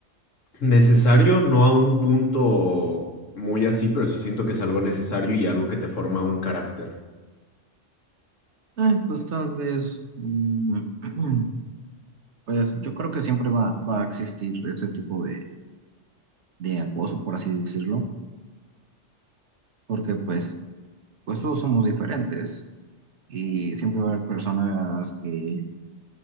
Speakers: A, on the left; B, on the right.
A: necesario, no a un punto muy así, pero sí siento que es algo necesario y algo que te forma un carácter.
B: Eh, pues tal vez, mm, <clears throat> pues yo creo que siempre va, va a existir ese tipo de, de acoso, por así decirlo, porque pues, pues todos somos diferentes y siempre va a haber personas que